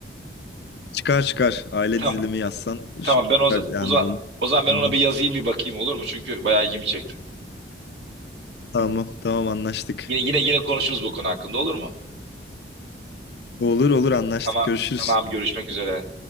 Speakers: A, on the left; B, on the right.
A: Çıkar çıkar. Aile
B: Tamam,
A: dizilimi yazsan
B: tamam
A: şu
B: ben o,
A: çıkar.
B: za-
A: Yani
B: o, za-
A: o
B: o zaman ben
A: tamam
B: ona bir yazayım bir bakayım olur mu? Çünkü bayağı ilgimi çekti.
A: tamam tamam, anlaştık.
B: Yine yine yine konuşuruz bu konu hakkında olur mu?
A: Olur olur anlaştık.
B: Tamam,
A: Görüşürüz.
B: tamam görüşmek üzere.